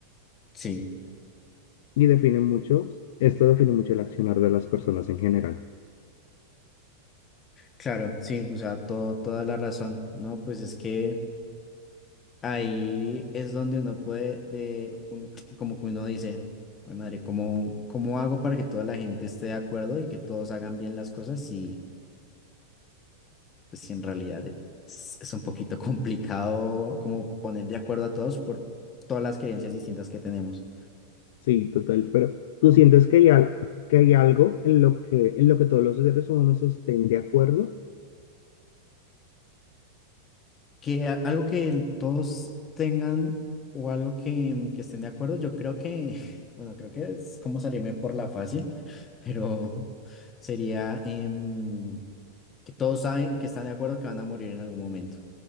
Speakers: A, on the left (about 25°); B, on the left (about 50°).
A: sí,
B: Y define mucho, esto define mucho el accionar de las personas en general.
A: claro, sí, o sea, todo, toda la razón, ¿no? Pues es que Ahí es donde uno puede, de, un- como que uno dice, "Uy, madre, ¿cómo, cómo hago para que toda la gente esté de acuerdo y que todos hagan bien las cosas? si pues si en realidad es, es un poquito <laughs> complicado como poner de acuerdo a todos por todas las creencias distintas que tenemos.
B: Sí, total, pero ¿tú sientes que hay, al- que hay algo en lo que, en lo que todos los seres humanos estén de acuerdo?
A: Que a- algo que el- todos tengan o algo que, mm, que estén de acuerdo, yo creo que, <laughs> bueno, creo que es como salirme por la fácil, <laughs> pero sería... em, que todos saben que están de acuerdo que van a morir en algún momento.